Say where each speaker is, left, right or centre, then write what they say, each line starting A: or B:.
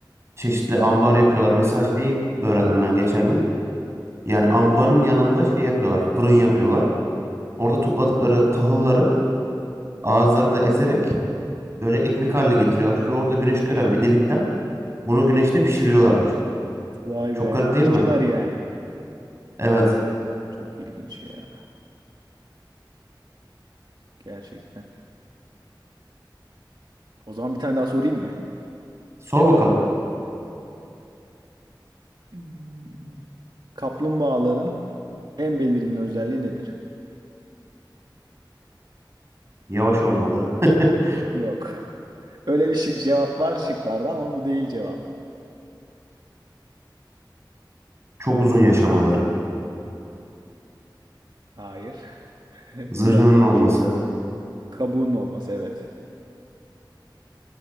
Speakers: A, on the right; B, on the right.
A: çeşitli ambar yapıyorlar. Mesela şeyi öğrendim ben geçen gün. Yani ambarın yanında şey yapıyorlar. Fırın yapıyorlar. Orada topladıkları tahılları ağızlarında ezerek böyle ekmek haline getiriyorlarmış ve orada güneş gören bir delikten bunu güneşte pişiriyorlarmış.
B: Vay
A: Çok
B: be
A: garip
B: aşçılar
A: değil mi?
B: yani.
A: Evet.
B: Çok ilginç ya. Gerçekten. O zaman bir tane daha sorayım mı?
A: Sor bakalım.
B: Hmm. Kaplumbağaların en belirgin özelliği nedir?
A: Yavaş olmaları, <laughs>
B: Yok. Öyle bir şık cevap var şıklarda ama bu değil cevap.
A: çok uzun yaşamaları,
B: Hayır. <laughs> Biraz
A: zırhının
B: daha
A: olması.
B: düşün. Kabuğunun olması evet.